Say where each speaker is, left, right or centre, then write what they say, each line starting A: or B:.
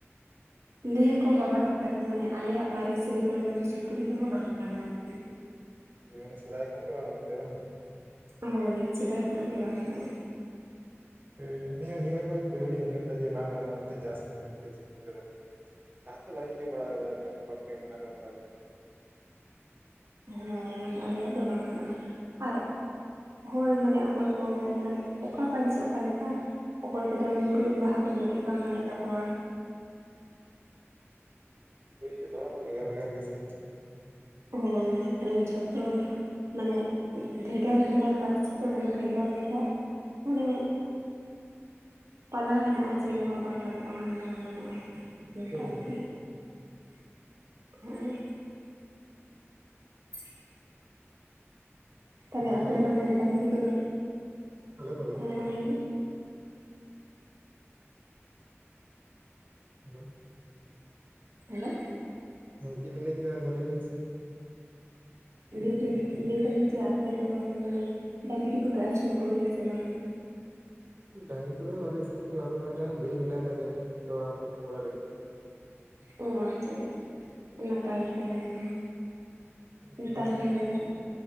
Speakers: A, on the right; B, on the right.
A: ᱞᱟᱭᱟᱹ ᱠᱚ ᱵᱟᱵᱟ ᱛᱟᱠᱚ ᱟᱨᱠᱤ ᱢᱟᱱᱮ ᱟᱞᱮᱭᱟᱜ ᱯᱟᱹᱨᱤᱥ ᱨᱮᱫᱚ ᱢᱟᱱᱮ ᱥᱩᱠᱨᱤ ᱫᱚᱦᱚᱸ ᱵᱟᱝ ᱜᱟᱱᱚᱜᱼᱟ ᱟᱨᱠᱤ।
B: ᱢᱟᱱᱮ ᱥᱮᱫᱟᱭ ᱠᱷᱚᱱ ᱜᱮ ᱵᱟᱱᱩᱜ ᱛᱟᱯᱮᱭᱟ ᱵᱟᱝ?
A: ᱦᱳᱭ ᱥᱮᱫᱟᱭ ᱠᱷᱚᱱᱟᱜ ᱜᱮ ᱵᱟᱝ ᱜᱟᱱᱚᱜᱼᱟ ᱦᱟᱸᱜ।
B: ᱦᱳᱭ ᱱᱤᱭᱟᱹ ᱱᱤᱭᱟᱹ ᱵᱟᱨ ᱜᱮ ᱯᱳᱭᱞᱚ ᱞᱤᱧ ᱟᱸᱡᱚᱢ ᱫᱟ ᱡᱮ ᱵᱟᱝ ᱜᱟᱱᱼᱟ ᱢᱮᱱᱛᱮ ᱪᱟᱥ ᱠᱚ ᱢᱮᱱᱛᱮ ᱥᱩᱠᱨᱤ ᱠᱚᱫᱚ। ᱞᱟᱦᱟ ᱛᱮ ᱵᱟᱹᱞᱤᱧ ᱟᱸᱡᱚᱢ ᱵᱟᱲᱟ ᱠᱟᱫᱟ ᱟᱸᱡᱚᱢ ᱫᱚ ᱦᱚᱲ ᱴᱮᱱ ᱠᱷᱱᱟᱜ ᱫᱚ ᱚᱱᱠᱟ ᱫᱚ।
A: ᱦᱚᱸ ᱢᱟᱱᱮ ᱟᱞᱮᱭᱟᱜ ᱫᱚ ᱵᱟᱝ ᱜᱟᱱᱚᱜᱼᱟ, ᱟᱨ ᱦᱳᱭ ᱢᱟᱱᱮ ᱚᱠᱚᱭ ᱠᱚ ᱢᱟᱱᱮ ᱚᱠᱟ ᱯᱟᱹᱨᱤᱥ ᱚᱠᱟᱞᱮᱠᱟ ᱚᱠᱚᱭ ᱠᱚᱫᱚ ᱢᱩᱨᱩᱫ ᱵᱟᱦᱟ ᱠᱚ ᱡᱚᱴᱤᱫ ᱵᱟᱝ ᱜᱟᱱᱚᱜ ᱛᱟᱠᱚᱣᱟ
B: ᱦᱳᱭ ᱡᱷᱚᱛᱚ ᱦᱚᱲᱟᱜ ᱢᱟ ᱵᱷᱮᱜᱟᱨ ᱵᱷᱮᱜᱟᱨ ᱜᱮᱥᱮ?
A: ᱦᱳᱭ ᱢᱟᱱᱮ ᱡᱷᱚᱛᱚ ᱢᱟᱱᱮ ᱵᱷᱮᱜᱟᱨ ᱵᱷᱮᱜᱟᱨ ᱯᱟᱹᱨᱥᱤ ᱛᱚ ᱢᱟᱱᱮ ᱵᱷᱮᱜᱟᱨ ᱵᱷᱮᱜᱟᱨ ᱢᱟᱱᱮ ᱯᱟᱞᱟᱣ ᱦᱮᱸᱱᱟᱜᱼᱟ ᱡᱮ ᱱᱚᱣᱟ ᱵᱟᱝ ᱜᱟᱱᱚᱜᱼᱟ ᱦᱟᱱᱟ ᱵᱟᱝ ᱜᱟᱱᱚᱜᱼᱟ। ᱚᱝᱠᱟ
B: ᱦᱳᱭ
A: ᱟᱨᱠᱤ
B: ᱦᱳᱭ
A: <inaudible> <inaudible> ᱛᱟᱦᱚᱞᱮ
B: ᱟᱞᱮ
A: ᱟᱯᱮ
B: ᱠᱚᱨᱮ
A: ᱫᱚ ᱢᱟᱱᱮ ᱰᱟᱝᱨᱤ ᱠᱚᱫᱚ
B: ᱟᱞᱮ ᱠᱚᱨᱮ
A: ᱦᱮᱸ ᱢᱟ ᱞᱟᱹᱭ ᱢᱮ᱾
B: ᱦᱮᱞᱳ᱾
A: ᱦᱮᱞᱳ᱾
B: ᱦᱮᱸ ᱪᱮᱫ ᱵᱤᱱ ᱞᱟᱹᱭ ᱠᱮᱫᱟᱹ ᱟᱨ ᱢᱤᱫᱫᱷᱟᱣ ᱞᱟᱹᱭ ᱵᱤᱱ ᱥᱮ?
A: ᱞᱮ ᱫᱤᱧ ᱞᱮᱭ ᱫᱟᱞᱤᱧ ᱡᱮ ᱟᱯᱮ ᱫᱚ ᱢᱟᱱᱮ ᱰᱟᱝᱨᱤ ᱠᱚᱯᱮ ᱟᱹᱥᱩᱞ ᱠᱚᱜᱮᱭᱟ ᱥᱮ ᱵᱟᱝ-ᱟ?
B: ᱰᱟᱹᱟᱝᱨᱤ ᱠᱚᱫᱚ ᱵᱟᱞᱮ ᱟᱹᱥᱩᱞ ᱠᱚᱣᱟ ᱟᱫᱚ ᱢᱤᱫᱴᱟᱝ ᱜᱟᱹᱭ ᱢᱮᱱᱟᱭ ᱛᱟᱞᱮᱭᱟ ᱩᱱᱤ ᱛᱚᱣᱟ ᱠᱚ ᱧᱩ ᱵᱟᱲᱟ ᱞᱟᱹᱜᱤᱫ ᱛᱮ।
A: ᱚ ᱟᱪᱪᱷᱟ ᱟᱪᱪᱷᱟ ᱱᱟᱯᱟᱭ ᱜᱮ ᱛᱟᱦᱚᱞᱮ ᱚᱱᱟ ᱦᱚᱸ।
B: ᱩᱱᱤ
A: ᱛᱟᱦᱚᱞᱮ
B: ᱦᱟᱸᱜ
A: ᱢᱟᱱᱮ